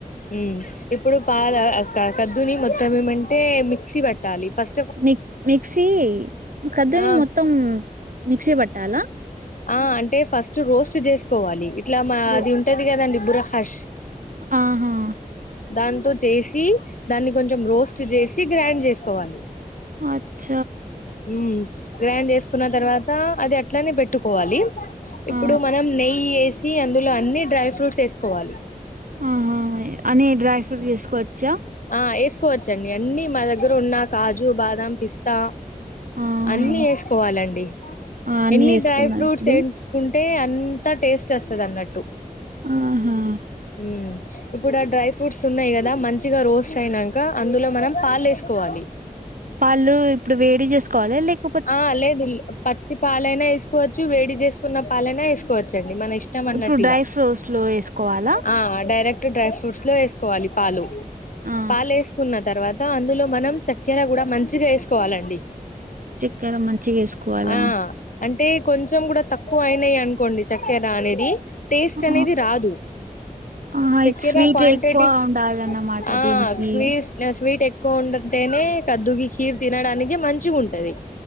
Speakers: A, on the left; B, on the right.
A: మ్ ఇప్పుడు పాల ఆ కద్దుని మొత్తం ఏమంటే మిక్సీ పట్టాలి ఫస్
B: మిక్ మిక్సీ కదుని
A: ఆ
B: మొత్తం మిక్సీ పట్టాలా
A: ఆ అంటే ఫస్ట్ రోస్ట్ చేసుకోవాలి ఇట్లా మా
B: రొ
A: అది ఉంటది కదండి బురహాష్
B: ఆహా
A: దాంతో చేసి దాన్ని కొంచెం రోస్ట్ చేసి గ్రైండ్ చేసుకోవాలి.
B: అచ్చ
A: మ్మ్ గ్రైండ్ చేసుకున్న తర్వాత అది అట్లానే పెట్టుకోవాలి
B: ఆ
A: ఇప్పుడు మనం నెయ్యి ఏస్ నీ అందులో అన్ని డ్రై ఫ్రూట్స్ ఏసుకోవాలి
B: ఆ హా అని డ్రై ఫ్రూట్ వేసుకోవచ్చా
A: ఆ ఏసుకోవచ్చండి అన్ని మా దగ్గర ఉన్న కాజు బాదం పిస్తా
B: ఆహా
A: అన్నీ ఏసుకోవాలండి
B: అన్ని
A: ఎన్ని
B: వేసుకున్నా
A: డ్రై ఫ్రూట్స్
B: ఇప్పుడు
A: సెట్స్ ఉంటే అంతా టేస్టోస్తదన్నట్టు
B: ఆహా
A: మ్మ్ ఇప్పుడు ఆ డ్రై ఫ్రూట్స్ ఉన్నాయి కదా మంచిగా రోస్ట్ అయినాక అందులో మనం పాలేసుకోవాలి
B: పాళ్ళు ఇప్పుడు వేడి చేసుకోవాలి లేక
A: ఆ లేదు పచ్చి పాలైనా ఏసుకోవచ్చు వేడి చేసుకున్న పాలైనా ఏసుకోవచ్చండి మన ఇష్ట ఇట్టం అన్నట్టు
B: ఇప్పుడు డ్రై
A: ఇగ
B: ఫ్రూట్స్‌లో ఏసుకోవాలా?
A: ఆ డైరెక్ట్ ట్ డ్రై ఫ్రూట్స్ లో వేసుకోవాలి పాలు
B: ఆ!
A: పాలేస్ కున్న తర్వాత అందులో మనం చక్కెర కూడా మంచిగా ఏసుకోవాలండి
B: గర మంచిగేసుకోవాలా
A: ఆ అంటే కొంచెం కూడా తక్కువ అయినాయి అనుకోండి చక్కెర అనేది టేస్ట్
B: ఆ!
A: అనేది రాదు
B: ఆహా!
A: చక్కెర
B: ఇది స్వీట్
A: క్వాంటిటీస్
B: ఎక్కువ ఉండాలన్నమాట
A: ఆ
B: దీనికి.
A: స్వీస్ నా స్వీట్ ఎక్కువ ఉండటేనే కద్దుకి కీర్ తినడానికి మంచిగున్టది.